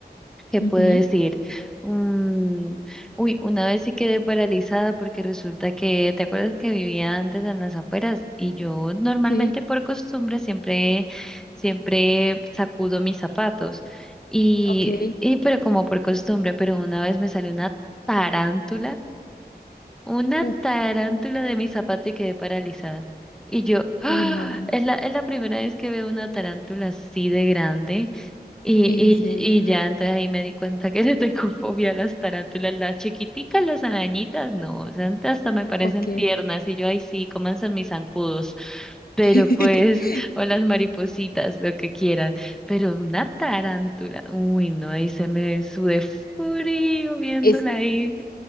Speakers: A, in the centre; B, on the left (about 60°).
A: ¿Qué puedo
B: Ujú,
A: decir? Mm, uy, una vez sí quedé paralizada porque resulta que, ¿te acuerdas que vivía antes en las afueras? Y yo normalmente
B: Sí,
A: por costumbre siempre, siempre sacudo mis zapatos. Y,
B: ok.
A: y pero como por costumbre, pero una vez me salió una tarántula, una
B: Uf,
A: tarántula de mi zapato y quedé paralizada. Y yo, <gasps> ¡ah!
B: uy, no, no, no.
A: Es la, es la primera vez que veo una tarántula así de grande. Y,
B: ¿En
A: y,
B: serio?
A: y ya, entonces ahí me di cuenta que <laughs> le tengo fobia a las tarántulas, las chiquiticas, las arañitas, no, o sea, hasta me parecen
B: Ok.
A: tiernas y yo ahí sí, comanse mis zancudos, pero
B: <laughs>
A: pues, o las maripositas, lo que quieran, pero una tarántula, uy, no, ahí se me sudé frío viéndola
B: Es
A: ahí.